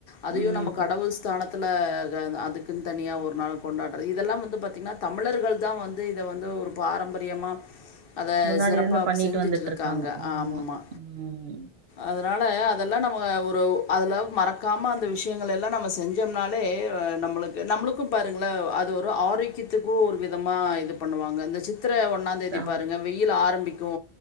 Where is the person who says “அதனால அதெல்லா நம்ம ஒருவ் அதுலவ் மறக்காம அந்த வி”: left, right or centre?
Left